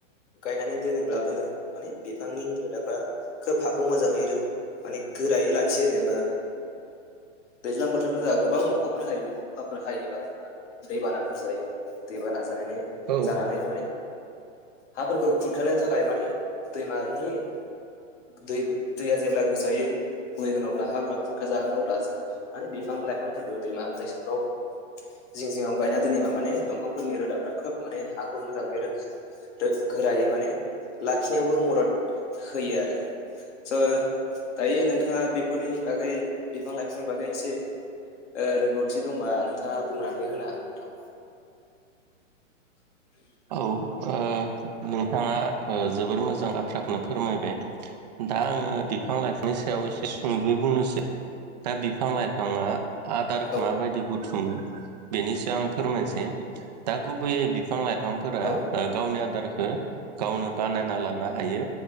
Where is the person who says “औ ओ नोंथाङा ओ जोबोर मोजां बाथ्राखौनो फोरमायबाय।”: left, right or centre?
Right